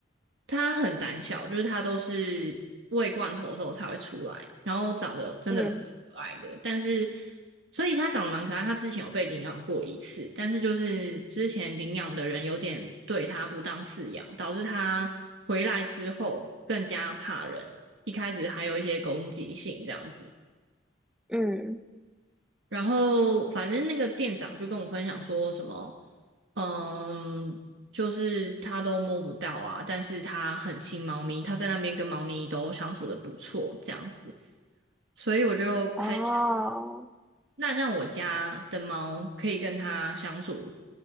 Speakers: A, on the right (about 75°); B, in the centre.
A: 它很胆小，就是它都是喂罐头的时候才会出来，然后长得真的可爱的，
B: 嗯
A: 但是。所以它长得蛮可爱，它之前有被领养过一次，但是就是之前领养的人有点对它不当饲养，导致它回来之后更加怕人。一开始还有一些攻击性这样子。
B: 嗯，
A: 然后反正那个店长就跟我分享说什么，嗯，就是他都摸不到啊，但是他很亲猫咪，他在那边跟猫咪都相处的不错这样子。所以我就开始，
B: 哦，
A: 那让我家的猫可以跟它相处，